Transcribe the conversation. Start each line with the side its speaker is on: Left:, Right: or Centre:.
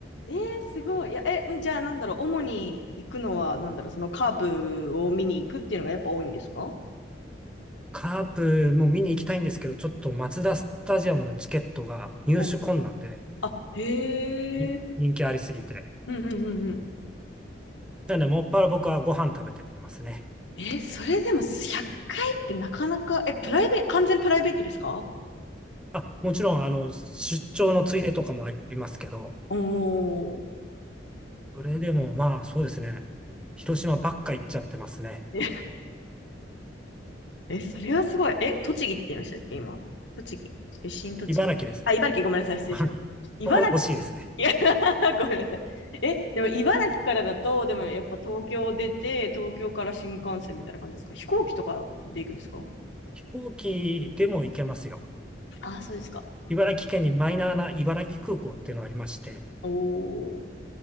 Left: えー、すごい。いや、え、んじゃあ、なんだろう。主に行くのは、なんだろう。そのカープを見に行くっていうのがやっぱ多いんですか
Centre: カープも見に行きたいんですけど、ちょっとマツダスタジアムのチケットが入手困難で、
Left: おあ、へえ。
Centre: 人人気ありすぎて。
Left: うんうんうんうん。
Centre: なので、もっぱら僕はご飯食べてますね。
Left: え、それでも100回っかいってなかなか、え、プライベート、完全プライベートですか
Centre: あ、もちろん、あの、出張のついでとかもありますけど、
Left: おー。
Centre: それでもまあ、そうですね。広島ばっか行っちゃってますね。
Left: ええ、それはすごい。え、栃木って言いましたっけ、今。栃木。出身栃木。
Centre: 茨城です。
Left: あ、茨城、ごめんなさい。失礼しました。
Centre: <laughs>
Left: 茨城、
Centre: お惜しいですね。
Left: いや <laughs> ごめんなさい。え、でも茨城からだと、でもやっぱ東京出て、東京から新幹線みたいな感じですか飛行機とかで行くんですか
Centre: 飛行機でも行けますよ。
Left: ああ、そうですか。
Centre: 茨城県にマイナーな茨城空港っていうのがありまして、
Left: おお。